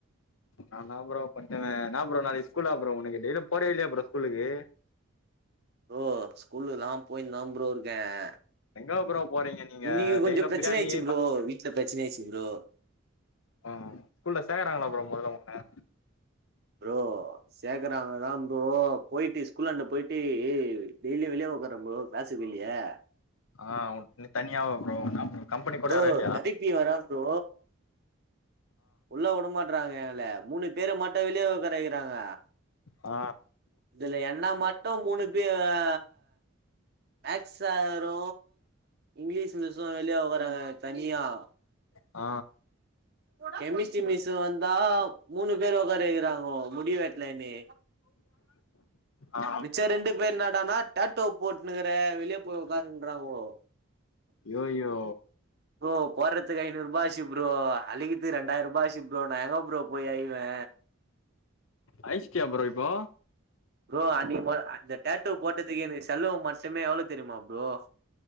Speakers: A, on the left; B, on the right.
A: நாந்தான் ப்ரோ பட்டவே ன்னா ப்ரோ நாளைக்கு ஸ்கூலா ப்ரோ உனக்கு டெய்லியு போறியா இல்லையா ப்ரோ ஸ்கூல்கு
B: ப்ரோ ஸ்கூல்கு ல்லாம் போய்னுதா ப்ரோ இர்க்கேன்
A: எங்க ப்ரோ போறீங்க நீங்க
B: இன்னிக்கு கொஞ்சோ
A: டெய்லி
B: ப்ரச்சன
A: பிரியாணி
B: ஆய்ச்சு ப்ரோ வீட்ல ப்ரச்ன ஆய்ச்சு பரோ
A: ம் ஸ்கூல்ல சேக்றாங்ளா ப்றோ முதல்ல உன்ன
B: ப்ரோ சேக்கறாங்கதா ப்றோ போய்ட்டி ஸ்கூலாண்ட போய்ட்டே ஏ டெய்லியு வெளியே உக்காறே ப்ரோ ராசுக்குல்யே
A: ஆ உன் னு தனியாவா ப்றோ நாம்போ கம்பனி கூட
B: ப்ரோ
A: யாரு இல்யா
B: தெரப்பி வரே ப்ரோ உள்ள விடுமாட்றாங்க எல மூணு பேர மட்டு வெளியே உக்கார வைறாங்க
A: ஆ
B: இதுல என்னா மட்டு மூணு பே ஆ மேக்ஸ் சாரு இங்க்லீஸு ஜு வெளிய உக்காறாங்க தனியா
A: ஆ
B: கெமிஸ் சிம் மிஸ்ஸு வந்தாவ் மூணு பேர உக்காரவைக்கிறாங்கோ முடி வெட்லேன்னு
A: ஆ
B: மிச்ச ரெண்டு பேர் என்னாடானா டாட்டோவ் போட்னுக்கற வெளிய போய் உக்காருன்றாங்கோ
A: யோ யோ
B: ப்ரோ போறத்துக்கு ஐநூருபா ஆச்சி ப்ரோ அலிகுத் தி ரெண்டாய்ருபா ஆச்சி ப்ரோ நா எங்க ப்ரோ போய் அயிவே
A: அய்சிட்டியா ப்ரோ இப்போ
B: ப்ரோ அன்னிக் போல் அந்த டேட்டூ போட்டதுக்கே எனக்கு செல்வம் மட்டுமே எவ்ளோ தெரிமா ப்ரோ